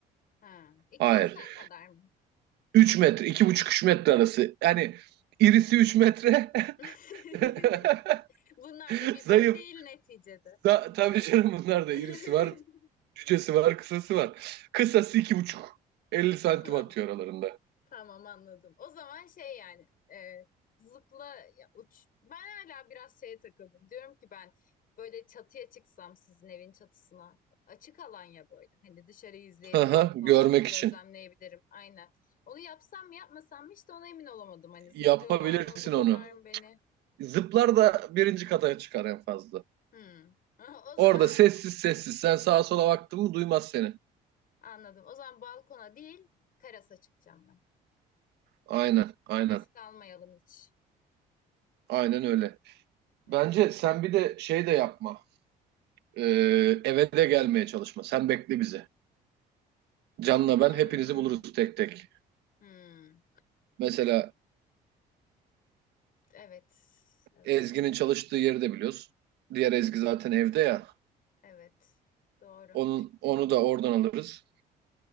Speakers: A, on the left; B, on the right.
A: Ha, iki
B: Hayır.
A: insan kadar mı?
B: 3 metre, iki buçuk üç metre arası. Yani irisi 3 metre.
A: <laughs>
B: <laughs>
A: Bunlar da bir
B: Zayıf.
A: boy değil neticede.
B: Da, tabii canım bunlar da
A: <laughs>
B: irisi var, cücesi var, kısası var. Kısası iki buçuk, elli santim
A: Tamam.
B: atıyor aralarında.
A: Tamam anladım. O zaman şey yani e, zıpla ya, uç. Ben hala biraz şeye takıldım. Diyorum ki ben böyle çatıya çıksam sizin evin çatısına açık alan ya böyle. Hani dışarıyı izleyebilirim
B: Aha,
A: falan
B: görmek
A: gözlemleyebilirim
B: için.
A: aynen. Onu yapsam mı yapmasam mı işte ona emin olamadım. Hani zıplıyorlar
B: Yapabilirsin
A: mı bulurlar
B: onu.
A: mı beni?
B: Zıplar da birinci kata çıkar en fazla.
A: Hmm. <laughs> O
B: Orada
A: zaman
B: sessiz sessiz. Sen sağa sola baktın mı duymaz seni.
A: anladım. O zaman balkona değil terasa çıkacağım ben.
B: Aynen, aynen.
A: Risk almayalım hiç.
B: Aynen öyle.
A: Evet.
B: Bence sen bir de şey de yapma. Ee, eve de gelmeye çalışma. Sen bekle bizi. Can'la
A: Hmm.
B: ben hepinizi buluruz tek tek.
A: Hmm.
B: Mesela
A: Evet, evet,
B: Ezgi'nin çalıştığı yeri de biliyoruz. Diğer Ezgi zaten evde ya.
A: evet. Doğru.
B: Onun, onu da oradan alırız.